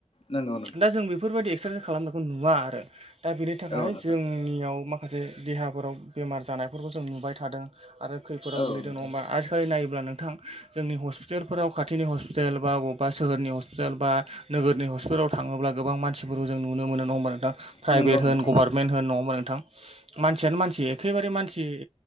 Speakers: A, on the left (about 60°); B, on the right (about 65°).
A: नंगौ नोंथां।
B: दा जों बेफोरबायदि एक्सारसाइस खालामनायखौ नुवा आरो दा बेनि थाखाय
A: औ नोंथां
B: जोंनियाव माखासे देहाफोराव बेमार जानायफोरखौ जों नुबाय थादों आरो खैफोदाव
A: औ
B: गोलैदों
A: नोंथां
B: नङा ओमबा आजिखालि नायोब्ला नोंथां जोंनि हस्पिटालफोराव खाथिनि हस्पिटाल अबबा सोहोरनि हस्पिटाल बा नोगोरनि हस्पिटालाव थाङोब्ला गोबां मानसिफोरखौ जों नुनो मोनो नङा ओमबा नोंथां? प्राइभेट
A: नंगौ
B: होन
A: नोंथां
B: गभारनमेन्ट होन नङा ओमबा नोंथां मानसियानो मानसि एखेबारे मानसि